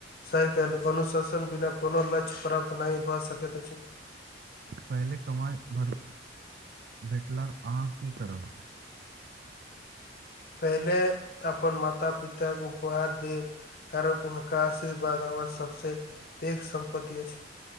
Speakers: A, on the left; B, on the right.
A: सही कलू अनुशासन बिना कोनो लक्ष्य प्राप्त नहि भए सकैत अछि
B: पहिले कमाइ भर भेटलर अहाँ की करब
A: पहिले अपन माता पिताके उपहार देब कारण हुनका आशीर्वाद हमर सबसे पैघ सम्पत्तति अछि